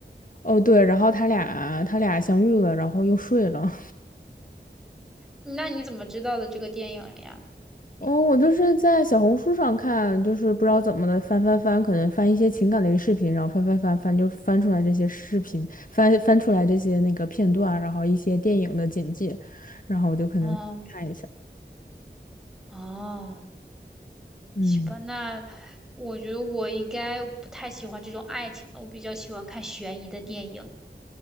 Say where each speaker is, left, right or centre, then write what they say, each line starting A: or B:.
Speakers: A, on the left; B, in the centre.
A: 哦，对，然后他俩他俩相遇了，然后又睡了。
B: 那你怎么知道的这个电影呀？
A: 哦，我就是在小红书上看，就是不知道怎么的翻翻翻，可能翻一些情感类的视频，然后翻翻翻翻，就翻出来这些视频，翻翻出来这些那个片段，然后一些电影的简介，然后我就可能看一下。
B: 哦哦，
A: 嗯，
B: 行吧，那我觉得我应该不太喜欢这种爱情的，我比较喜欢看悬疑的电影，